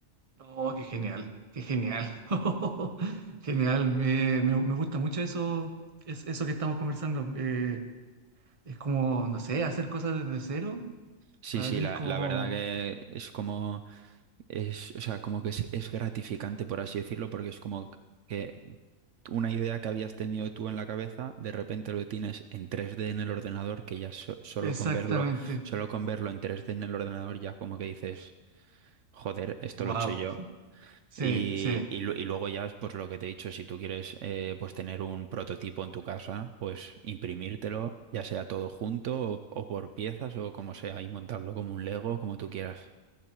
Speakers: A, on the right; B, on the right.
A: Oh, qué genial, qué genial. <laughs> Genial, me, me- me gusta mucho eso, es, eso que estamos conversando. Eh, es como, no sé, hacer cosas desde cero,
B: Sí,
A: para
B: sí,
A: mí
B: la,
A: es como...
B: la verdad que es como, es, o sea, como que es, es gratificante, por así decirlo, porque es como que una idea que habías tenido tú en la cabeza, de repente lo tienes en 3D en el ordenador, que ya so- solo
A: Exactamente.
B: con verlo, solo con verlo en 3D en el ordenador, ya como que dices, joder, esto
A: Wow,
B: lo he hecho yo.
A: sí,
B: Y,
A: sí.
B: y lu- y luego ya, pues lo que te he dicho, si tú quieres eh, pues tener un prototipo en tu casa, pues imprimírtelo, ya sea todo junto o, o por piezas o como sea, y montarlo como un Lego, como tú quieras.